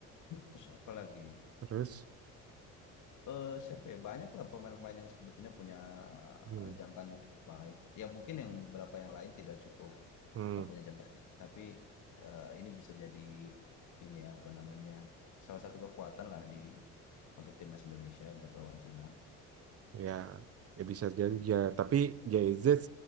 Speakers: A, on the left; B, on the right.
A: Terus apa lagi?
B: terus
A: eh, siapa ya banyak lah pemain-pemain yang sebetulnya punya
B: hmm.
A: eh, jam tanding cukup baik. Ya mungkin yang beberapa yang lain tidak cukup
B: hmm.
A: eh, punya jam tanding, tapi eh, ini bisa jadi ini ya, apa namanya salah satu kekuatan lah di untuk timnas Indonesia buat lawan Cina.
B: Ya, ya bisa jadi ya. Tapi JZ